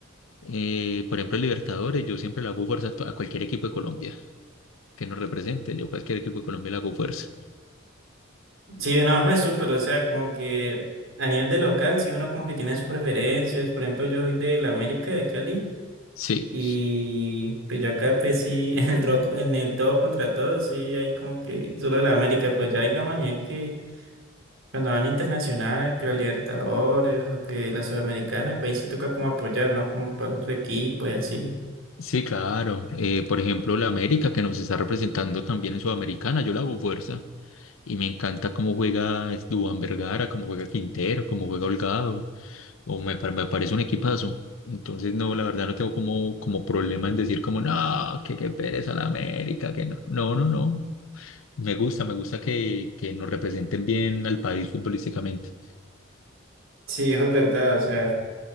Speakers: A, on the left; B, on the right.
A: eh, por ejemplo, el Libertadores, yo siempre le hago fuerza a to- a cualquier equipo de Colombia que nos represente. Yo a cualquier equipo de Colombia le hago fuerza.
B: Sí, no, eso pero o sea, como que a nivel de local, sí, uno como que tiene sus preferencias. Por ejemplo, yo soy de la América, de Cali.
A: Sí,
B: Y pues yo acá pues sí, <laughs> en el, tro- en el todo contra todo, sí, hay como que solo de la América, pero ya digamos a nivel que Cuando van internacional, que la Libertadores o que la Sudamericana, país sí toca como apoyar, ¿no? Como para el otro equipo y así.
A: sí, claro. Eh, por ejemplo, la América que nos está representando también en Sudamericana, yo le hago fuerza. Y me encanta cómo juega es, Duván Vergara, cómo juega Quintero, cómo juega Holgado. O me, pa- me parece un equipazo. Entonces, no, la verdad no tengo como, como problema en decir como, no, que qué pereza la América, que no. No, no, no. Me gusta, me gusta que, que nos representen bien al país futbolísticamente.
B: Sí, eso es verdad, o sea,